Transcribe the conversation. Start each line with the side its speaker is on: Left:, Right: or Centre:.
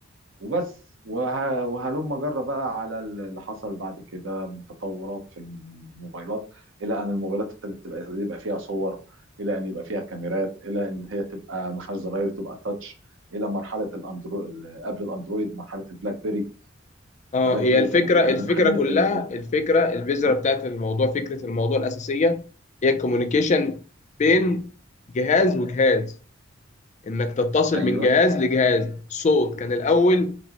Right: وبس وه... وهلم جرى بقى على اللي حصل بعد كده من تطورات في الموبايلات الى ان الموبايلات ابتدت تبقى يبقى فيها صور الى ان يبقى فيها كاميرات الى ان هي تبقى ما فيهاش زراير وتبقى تاتش الى مرحله الاندرو ال- قبل الاندرويد مرحله البلاك بيري
Left: اه
Right: البلاك
Left: هي
Right: بيري
Left: الفكره
Right: كان بيقدم
Left: الفكره
Right: خدمه
Left: كلها
Right: ال
Left: الفكره البذره
Right: اه
Left: بتاعت الموضوع فكره الموضوع الاساسيه هي الكوميونيكيشن بين جهاز وجهاز انك تتصل
Right: ايوه
Left: من جهاز لجهاز صوت كان الاول